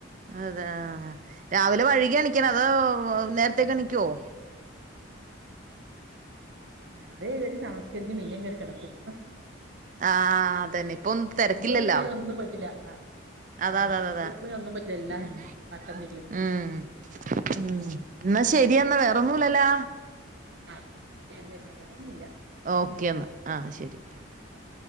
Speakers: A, on the right; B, on the right.
A: അതെ ആ രാവിലെ വഴുകിയാ എണീക്കണത് അതോ നേരത്തേക്ക്
B: ഉം.
A: എണിക്കുവോ
B: രാവിലെ എണീറ്റ് നമസ്കരിക്കും ഇല്ലെങ്കി കയറി കിടക്കും
A: ആഹ് അതന്നെ ഇപ്പം തിരക്കില്ലല്ലോ
B: സ്കൂള് തൊറക്കുമ്പോ ഇനി ഒന്നും പറ്റില്ല ആ,
A: അതാതതതെ
B: ആഹ് സ്കൂൾ തുറക്കുമ്പോ ഒന്നും പറ്റില്ല എല്ലാം
A: ഉം
B: വട്ടം തിരിയും
A: ഉം ഉം എന്നാ ശരിയെന്ന വേ ഒന്നൂല്ലല്ലാ
B: ആഹ് ശരി എന്നാ വേറൊന്നും ഇല്ല
A: ഓക്കെ എന്നാ ആഹ് ശരി
B: ഓക്കെ